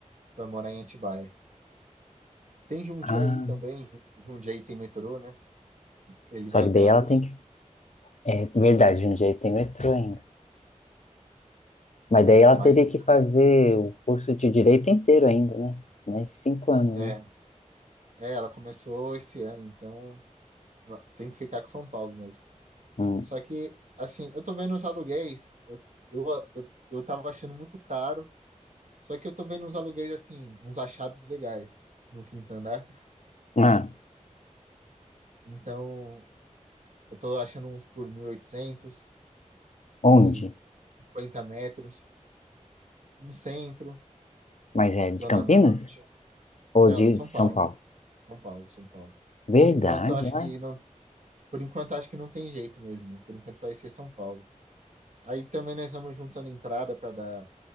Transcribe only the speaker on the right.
para morar em Atibaia. Tem Jundiaí
também, Ju- Jundiaí tem metrô, né? Ele
vai
até
a
Luz,
é,
mas
é,
é, ela começou esse ano, então Va- Tem que ficar com São Paulo mesmo.
Só que, assim, eu tô vendo os aluguéis, eu, eu, eu, eu tava achando muito caro, só que eu tô vendo uns aluguéis, assim, uns achados legais no quinto andar.
Então, eu tô achando uns por mil e oitocentos
que 50 metros, no centro,
Zona
Norte.
Não,
São
Paulo,
São Paulo, São Paulo.
Por enquanto, eu acho
que não, por enquanto, eu acho que não tem jeito mesmo. Por enquanto, vai ser São Paulo. Aí também nós vamos juntando entrada para dar